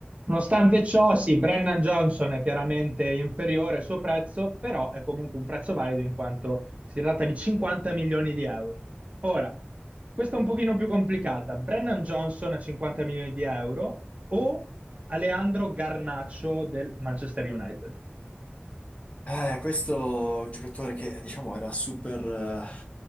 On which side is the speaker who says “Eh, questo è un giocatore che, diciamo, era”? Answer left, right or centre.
Left